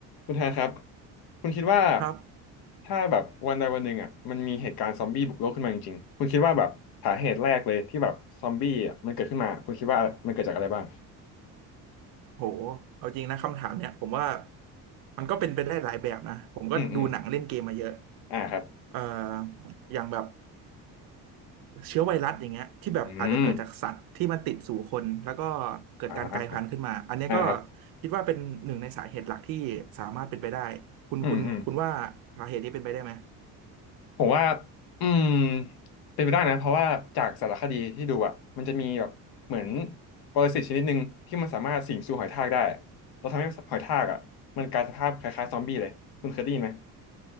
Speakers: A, on the left; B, on the right.
A: คุณแทนครับคุณคิดว่า
B: ครับ
A: ถ้าแบบวันใดวันหนึ่งอ่ะมันมีเหตุการณ์ซอมบี้บุกโลกขึ้นมาจริงๆคุณคิดว่าแบบสาเหตุแรกเลยที่แบบซอมบี้อ่ะมันเกิดขึ้นมาคุณคิดว่ามันเกิดจากอะไรบ้าง
B: โหเอาจริงนะคำถามเนี่ยผมว่า มันก็เป็นไปได้หลายแบบนะผมก็ดูหนังเล่นเกมมาเยอะ
A: อืมอืมอ่าครับ
B: เอ่ออย่างแบบเชื้อไวรัสอย่างเงี้ยที่แบบอาจจะเกิดจากสัตว์ที่มันติดสู่คน
A: อืม
B: แล้วก็เกิดการกลายพันธุ์ขึ้นมา
A: อ่า
B: อันเนี้ยก็
A: อ่าครับ
B: คิดว่าเป็นหนึ่งในสาเหตุหลักที่สามารถเป็นไปได้คุณคุณคุณว่าสาเหตุนี้เป็นไปได้ไหม
A: อืมอืมผมว่าอืมเป็นไปได้นะเพราะว่าจากสารคดีที่ดูอ่ะมันจะมีแบบเหมือนปรสิตชนิดหนึ่งที่มันสามารถสิงสู่หอยทากได้เราทำให้หอยทากอ่ะมันกลายสภาพคล้ายๆซอมบี้เลยคุณเคยได้ยินไหม